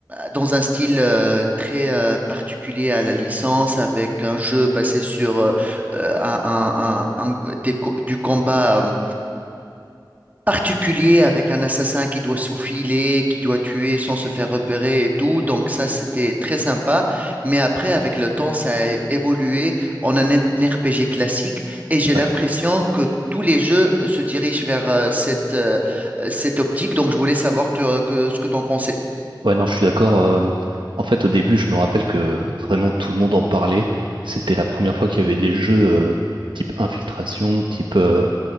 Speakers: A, on the right (about 20°); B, on the right (about 80°).
A: dans un style euh, très euh, particulier à la licence, avec un jeu passé sur euh, euh, un, un- un- un- des co- du combat. euh, particulier avec un assassin qui doit se faufiler, qui doit tuer sans se faire repérer et tout. Donc ça, c'était très sympa. Mais après, avec le temps, ça a évolué en un un RPG classique et j'ai
B: ouais.
A: l'impression que tous les jeux euh, se dirigent vers euh, cette, euh, euh, cette optique. Donc je voulais savoir tu- euh, que- ce que tu en pensais.
B: Ouais, non, je suis d'accord. euh, en fait, au début, je me rappelle que vraiment tout le monde en parlait. C'était la première fois qu'il y avait des jeux euh, type infiltration, type euh,